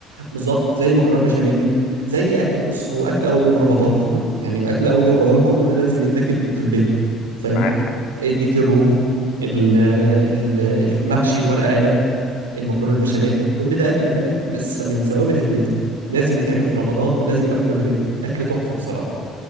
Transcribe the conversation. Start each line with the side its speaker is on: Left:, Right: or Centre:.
Right: بالظبط زي مكرونه بشاميل زي اكل بص هو اكل اول يوم رمضان كله يعني اكل اول يوم رمضان كله ده لازم يتاكل في البيت فاهم
Left: معاك حق
Right: الديك الرومي ال- ال- المحشي الورق عنب المكرونه البشاميل كل ده اكل فاهم مس- من ثوابت البيت لازم يتعمل في رمضان
Left: طبعا
Right: ولازم يبقى في كل بيت اكل تحفه بصراحه